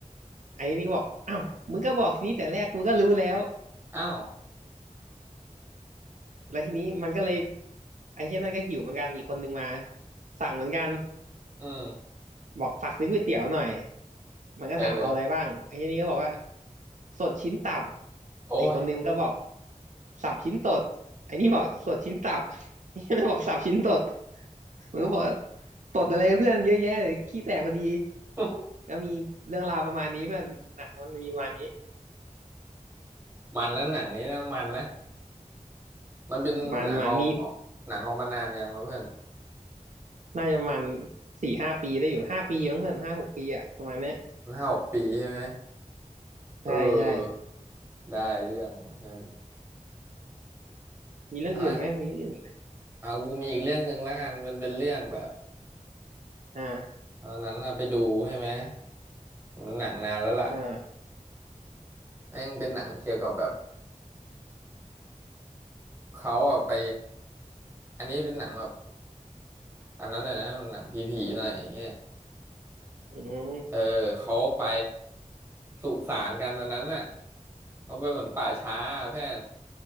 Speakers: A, on the right (about 65°); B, on the right (about 20°).
A: ไอ้นี่ก็บอกอ้าวมึงก็บอกทีนี้แต่แรกกูก็รู้แล้ว
B: อ้าว
A: แล้วทีนี้มันก็เลยไอ้เช่นนั้นก็หิวเหมือนกันอีกคนนึงมาสั่งเหมือนกัน
B: อืม
A: บอกฝากซื้อก๋วยเตี๋ยวหน่อยมันก็ถามเอาอะไรบ้างไอ้ทีนี้ก็บอกว่า
B: เออ
A: สดชิ้นตับ
B: โอ้ย
A: ไอ้คนนึงก็บอกสับชิ้นตดไอ้นี่บอกสดชิ้นตับไอ้นี่มันบอกสับชิ้นตดมันก็บอกว่าตดอะไรเพื่อนเยอะแยะเลยขี้แตกพอดี
B: <laughs>
A: ก็มีเรื่องราวประมาณนี้เพื่อนหนังมันมีประมาณนี้
B: มันแล้วหนังนี้นะมันนะมันเป็นหนังออกออกหนังออกมานานยังวะเพื่อน
A: ประมาณประมาณมีน่าจะประมาณสี่ห้าปีได้อยู่ห้าปีมั้งเพื่อนห้าหกปีอะประมาณเนี้ย
B: ห้าหกปีใช่ไหม
A: ใช่ใช่
B: เออ ได้เรื่องเพื่อน
A: มีเรื่องอื่นไหมมีเรื่องอื่นอีกไหม
B: เอาเอา กูมีอีกเรื่องหนึ่งแล้วกันมันเป็นเรื่องแบบ
A: อ่า
B: ตอนนั้นน่ะไปดูใช่ไหมมันหนังนานแล้วล่ะ
A: อ่า
B: แม่งเป็นหนังเกี่ยวกับแบบเขาอะไปอันนี้เป็นหนังแบบอันนั้นน่ะนะมันหนังผีๆหน่อยอย่างเงี้ย
A: อืม
B: เออเขาไปสุสานกันวันนั้นน่ะเขาไปเหมือนป่าช้าเพื่อน